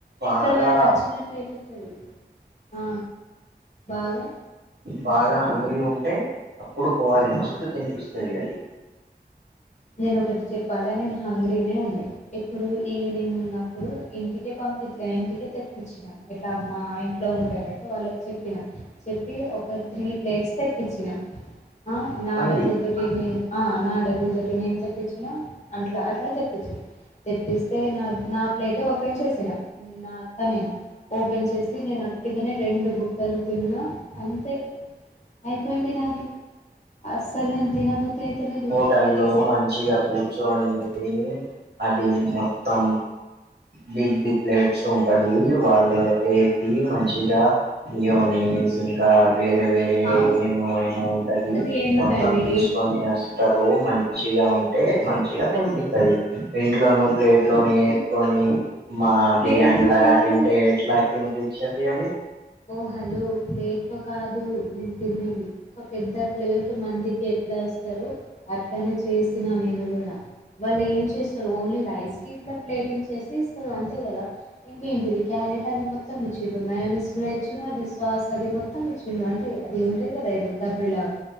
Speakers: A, on the right; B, on the left.
A: బాగా
B: ఇక్కడ మనకు వచ్చినట్టటుయితే మ్ ఆ బాగా
A: బాగా హంగ్రీ ఉంటే అప్పుడు పోవాలే మస్తు
B: ఆ,
A: తినిపిస్తుంది అది
B: నేను ఒకటి చెప్పాలా నేను హంగరీనే ఉండే ఇప్పుడు ఈవినింగ్ ఉన్నప్పుడు ఇంటికే పంపిచ ఇంటికే తెప్పించు ఇట్లా మా ఇంట్లో ఉంటారు అయితే వాళ్ళకి చెప్పున చెప్పి ఒక త్రీ ప్లేట్స్ తెప్పించి పెట్టిన ఆ నా
A: మంది
B: డబ్బుల్ తోటి నేన్ ఆ నా డబ్బుల్ అటి నేను తెప్పించిన అట్లా అట్లా తెప్పించా తెప్పిస్తే నా నా ప్లట్ ఓపెన్ చేసినాను నా అక్క నేను ఓపెన్ చేసి నేను ఓట్టుగానే రెండు బుక్కలు తిన్నా అంతే అయిపోయింది నాది అస్సలు నేను తినబద్దు తినబుద్ది అయితలేదు
A: హోటల్లో
B: గలీజ్
A: మంచిగా కూర్చోని తిని అది ఇది మొత్తం బిగ్ బిక్లెట్స్ ఉంటది వాళ్ళు ఏ మంచిగా నియోనీస్ ఇంకా వేరే వేరే
B: అవును
A: ఏమో ఏమో ఉంటది
B: అది ఎందుకండి
A: మొత్తం తీసుకొని మంచిగా ఉంటే మంచిగా తినిపిస్తుంది ఇంట్లోనుూ ప్లేట్ లోను వేసుకొని మా
B: ప్లేట్లో
A: బిర్యాని లాగా
B: కాదు
A: తింటే ఎట్లా అనిపించిదా అది
B: ఓ హలో ప్లేట్ లో కాదు నేను తిన్నది ఒక పెద్ద ప్లేట్ మందికి ఎట్లా ఇస్తారు అట్లా ఇట్లానే చేసిన నేను కూడా వాళ్ళు ఏం చేస్తారు ఓన్లీ రైస్ కిట్ల ప్లేటింగ్ చేసి ఇస్తారు అంతే కదా ఇంకేంటిది క్యారెట్ అది మొత్తం ఇచ్చిరు మాయొనిస్ ఇచ్చిండు అది సాస్ అది మొత్తం ఇచ్చిండు అంటే అది ఉంటుంది కదా ఎదో కర్రీ లాగా